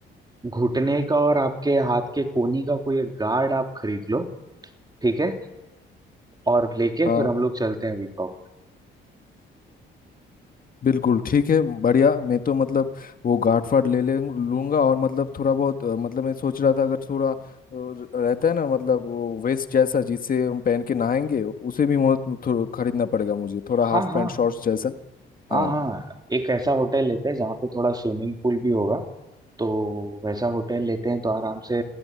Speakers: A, on the right; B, on the left.
A: घुटने का और आपके हाथ के कोहनी का कोई एक गार्ड आप खरीद लो ठीक है और लेके
B: हाँ
A: फिर हम लोग चलते हैं वीक ऑफ
B: बिल्कुल ठीक है बढ़िया मैं तो मतलब वो गांठ फाड़ ले ले लूंगा और मतलब थोड़ा बहुत अ, मतलब मैं सोच रहा था अगर थोड़ा अ, रहता है ना मतलब वो वेस्ट जैसा जिससे हम पहन के नहाएंगे उसे भी मो- थो- खरीदना पड़ेगा मुझे थोड़ा हाफ
A: हाँ हाँ
B: पैंट शॉर्ट्स जैसा
A: हाँ
B: हाँ
A: हाँ एक ऐसा होटल लेते हैं जहाँ पे थोड़ा स्विमिंग पूल भी होगा तो वैसा होटल लेते हैं तो आराम से